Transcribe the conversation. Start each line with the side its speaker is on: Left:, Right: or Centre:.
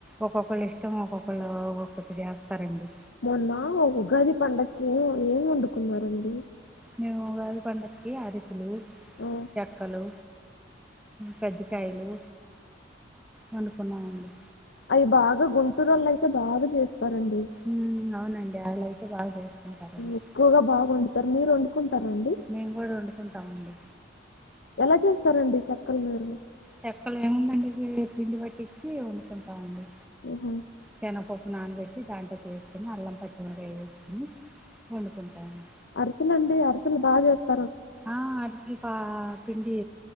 Centre: ఒక్కొక్కళ్ళు ఇష్టం ఒక్కొక్కళ్ళ ఒక్కొక్కటి చేస్తారండి
Left: మొన్న ఉగాది పండకి ఏం ఏం వండుకున్నారండి
Centre: మేముగాది పండకి అరిసలు
Left: ఆ!
Centre: చెక్కలు కజ్జికాయలు వండుకున్నామండి
Left: అవి బాగా గుంటూరోళ్ళు అయితే బాగా చేస్ తరండి
Centre: ఉమ్, అవునండి వాళ్ళు అయితే బాగా చేసుకుంటారండి
Left: ఎక్కువగా బాగ వండుతారు మీరు వండు తరండి
Centre: మేము కూడా వండుకుంటామండి
Left: ఎలా చేస్తారండి చెక్కల్ మీరు
Centre: చెక్కలు ఏముందన్డి పిండి పట్టిచ్చి వండుకుంటామండి
Left: ఆహా!
Centre: సనప్పప్పు నానబెట్ ట్టి దాంట్లో వేసుకుని అల్లం పచ్చిమిర కాయ వేసుకుొని వండుకుంటాను
Left: అరి స్లండి అరిసేలు బాగా చేస్తారు
Centre: ఆ అర్సిపా పిండి